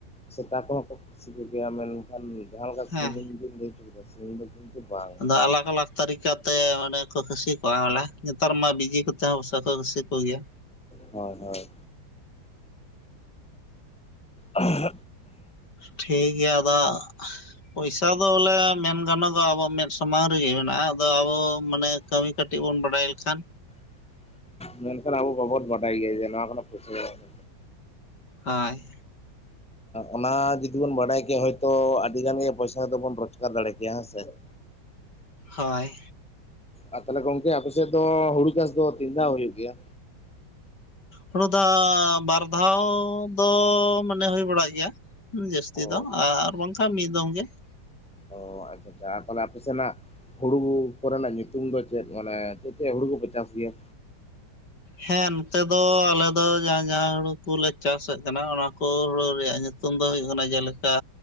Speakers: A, in the centre; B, on the left.
A: ᱥᱮᱛᱟ ᱠᱚᱦᱚᱸ ᱠᱚ ᱠᱷᱟᱹᱥᱤ ᱠᱚ ᱜᱮᱭᱟ ᱢᱮᱱᱠᱷᱟᱱ ᱡᱟᱦᱟᱸ ᱞᱮᱠᱟ
B: ᱦᱮᱸ
A: ᱥᱤᱢ ᱢᱤᱢ ᱵᱤᱱ ᱞᱟᱹᱭ ᱦᱚᱪᱚ ᱠᱮᱫᱟ ᱠᱤᱱᱛᱩ ᱵᱟᱝ
B: ᱟᱫᱚ ᱟᱞᱟᱜᱽ-ᱟᱞᱟᱜᱽ ᱛᱟᱹᱨᱤᱠᱟᱛᱮ ᱚᱱᱮ ᱠᱚ ᱠᱷᱟᱹᱥᱤ ᱠᱚᱣᱟ ᱵᱚᱞᱮ ᱱᱮᱛᱟᱨ ᱢᱟ ᱵᱤᱡᱤ ᱠᱚᱛᱮ ᱦᱚᱸ ᱥᱟᱠᱚ ᱠᱷᱟᱹᱥᱤ ᱠᱚᱜᱮᱭᱟ
A: ᱦᱳᱭ-ᱦᱳᱭ ᱟ
B: ᱴᱷᱤᱠ ᱴᱷᱤᱠ ᱜᱮᱭᱟ ᱟᱫᱚ ᱯᱚᱭᱥᱟ ᱫᱚ ᱵᱚᱞᱮ ᱢᱮᱱ ᱜᱟᱱᱚᱜᱼᱟ ᱟᱵᱚᱣᱟᱜ ᱢᱮᱫ ᱥᱟᱢᱟᱝ ᱨᱮᱜᱮ ᱢᱮᱱᱟᱜᱼᱟ ᱾ ᱟᱫᱚ ᱟᱵᱚ ᱢᱟᱱᱮ ᱠᱟᱹᱢᱤ ᱠᱟᱹᱴᱤᱜ ᱵᱚᱱ ᱵᱟᱰᱟᱭ ᱞᱮᱠᱷᱟᱱ
A: ᱢᱮᱱᱠᱷᱟᱱ ᱟᱵᱚ ᱵᱟᱵᱚᱱ ᱵᱟᱰᱟᱭ ᱜᱮᱭᱟ ᱡᱮ ᱱᱚᱣᱟ ᱠᱷᱚᱱᱟᱜ ᱯᱚᱭᱥᱟ ᱧᱟᱢᱚᱜᱼᱟ ᱢᱮᱱᱛᱮ
B: ᱦᱟᱭ
A: ᱚᱱᱟ ᱡᱩᱫᱤ ᱵᱚᱱ ᱵᱟᱰᱟᱭ ᱠᱮᱭᱟ ᱦᱚᱭᱛᱚ ᱟᱹᱰᱤ ᱜᱟᱱ ᱜᱮ ᱯᱚᱭᱥᱟ ᱫᱚᱵᱚᱱ ᱨᱳᱡᱽᱜᱟᱨ ᱫᱟᱲᱮ ᱠᱮᱭᱟ ᱦᱮᱸᱥᱮ ᱾
B: ᱦᱚᱭ
A: ᱟᱨ ᱛᱟᱦᱚᱞᱮ ᱜᱚᱝᱠᱮ ᱟᱯᱮ ᱥᱮᱫ ᱫᱚ ᱦᱩᱲᱩ ᱪᱟᱥ ᱫᱚ ᱛᱤᱱ ᱫᱷᱟᱣ ᱦᱩᱭᱩᱜ ᱜᱮᱭᱟ?
B: ᱦᱩᱲᱩ ᱫᱚ ᱵᱟᱨ ᱫᱷᱟᱣ ᱫᱚ ᱢᱟᱱᱮ ᱦᱳᱭ ᱵᱟᱲᱟᱜ ᱜᱮᱭᱟ ᱾ ᱡᱟᱹᱥᱛᱤ
A: ᱚ
B: ᱫᱚ ᱟᱨ ᱵᱟᱝᱠᱷᱟᱱ ᱢᱤᱫ ᱫᱚᱢ ᱜᱮ ᱾
A: ᱚ ᱟᱪᱪᱷᱟ ᱟᱪᱪᱷᱟ ᱛᱟᱦᱚᱞᱮ ᱟᱯᱮ ᱥᱮᱱ ᱱᱟᱸᱜ ᱦᱩᱲᱩ ᱠᱚᱨᱮᱱᱟᱜ ᱧᱩᱛᱩᱢ ᱫᱚ ᱪᱮᱫ ᱢᱟᱱᱮ ᱪᱮᱫ ᱪᱮᱫ ᱦᱩᱲᱩ ᱠᱚᱯᱮ ᱪᱟᱥ ᱜᱮᱭᱟ?
B: ᱦᱮᱸ ᱱᱚᱛᱮ ᱫᱚ ᱟᱞᱮ ᱫᱚ ᱡᱟᱦᱟᱸ ᱡᱟᱦᱟᱸ ᱦᱩᱲᱩ ᱠᱚᱞᱮ ᱪᱟᱥᱮᱫ ᱠᱟᱱᱟ ᱚᱱᱟ ᱠᱚ ᱦᱩᱲᱩ ᱨᱮᱭᱟᱜ ᱧᱩᱛᱩ ᱧᱩᱛᱩᱢ ᱫᱚ ᱦᱩᱭᱩᱜ ᱠᱟᱱᱟ ᱡᱮᱞᱮᱠᱟ